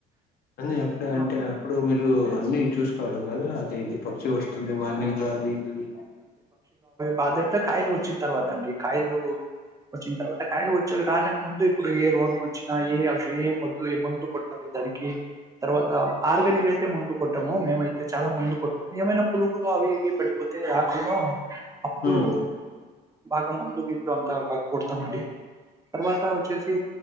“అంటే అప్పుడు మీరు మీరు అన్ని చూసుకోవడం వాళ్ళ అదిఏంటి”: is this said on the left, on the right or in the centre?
Left